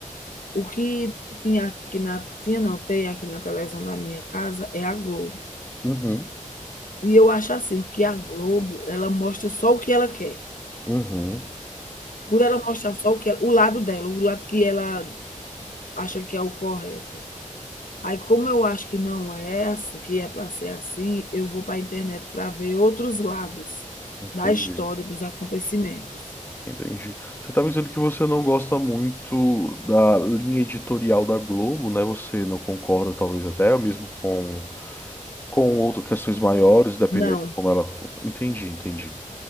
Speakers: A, on the left; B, on the left.
A: o que tinha aqui na tinha não, tem aqui na televisão da minha casa é a Globo.
B: uhum,
A: E eu acho assim, que a Globo, ela mostra só o que ela quer.
B: uhum.
A: Por ela mostrar só o que ela o lado dela, o lado que ela acha que é o correto. Aí como eu acho que não é assim, que é para ser assim, eu vou para a internet para ver outros lados
B: Entendi,
A: da história, dos acontecimentos.
B: entendi. Você tá me dizendo que você não gosta muito da linha editorial da Globo, né? Você não concorda, talvez até mesmo com com outras questões maiores, dependendo
A: Não.
B: de como ela. Entendi, entendi.